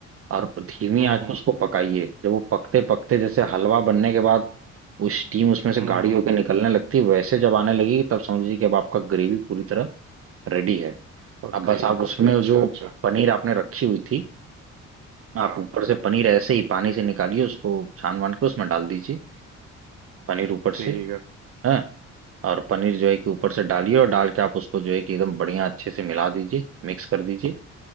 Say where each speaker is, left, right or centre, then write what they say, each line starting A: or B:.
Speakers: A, on the right (about 50°); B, on the right (about 80°).
A: और धीमी
B: हम्म
A: आंच में
B: हम्म
A: उसको पकाइए जब वो पकते पकते जैसे हलवा बनने के बाद वो स्टीम उसमें से
B: हम्म
A: गाढ़ी
B: हम्म,
A: होकर निकलने लगती है वैसे जब आने लगेगी तब समझिए कि अब आपका ग्रेवी पूरी तरह रेडी है
B: पक
A: अब बस
B: गई
A: आप
B: है
A: उसमें
B: अच्छा
A: जो
B: अच्छा
A: पनीर आपने रखी हुई थी आप
B: हाँ
A: ऊपर से पनीर ऐसे ही पानी से निकालिए उसको छान वान के उसमें डाल दीजिए पनीर ऊपर से
B: ठीक है
A: हाँ और पनीर जो है कि ऊपर से डालिए और डाल के आप उसको जो है कि एकदम बढ़िया अच्छे से मिला दीजिए मिक्स कर दीजिए